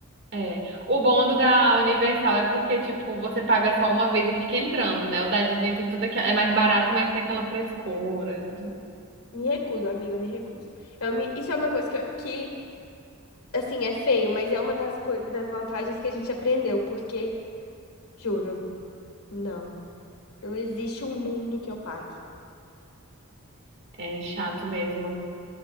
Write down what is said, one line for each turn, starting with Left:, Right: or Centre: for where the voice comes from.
Right: É. O bom do da Universal é porque, tipo, você paga só uma vez e fica entrando, né? O da Disney tem tudo aquilo. É mais barato, mas tem aquela frescura.
Left: Me recuso, amiga, eu me recuso. Eu me- isso é uma coisa que, eu- que, assim, é feio, mas é uma das, co- das vantagens que a gente aprendeu, porque, juro, não. Não existe um mundo que eu pague.
Right: É chato mesmo.